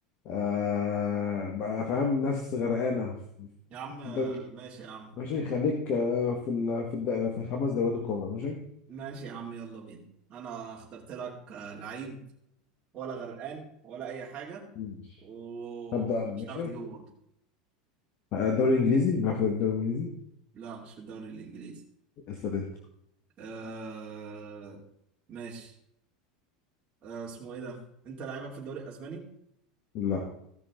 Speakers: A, on the left; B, on the right.
A: آه، بقى فاهم ناس غرقانه في
B: يا عم آه،
A: الدوري
B: ماشي يا عم
A: ماشي خليك آه، في ال في الد في الخمس دوريات الكبرى ماشي
B: ماشي يا عم يلا بينا انا اخترت لك آه، لعيب ولا غرقان ولا اي حاجه
A: ماشي
B: ومش
A: هبدأ انا ماشي
B: عارف تجيبه برضه
A: آه، الدوري الانجليزي بنلعب في الدوري الانجليزي
B: لا مش في الدوري الانجليزي
A: اسال انت
B: آه... ماشي آه اسمه ايه ده انت لعيبك في الدوري الاسباني
A: لا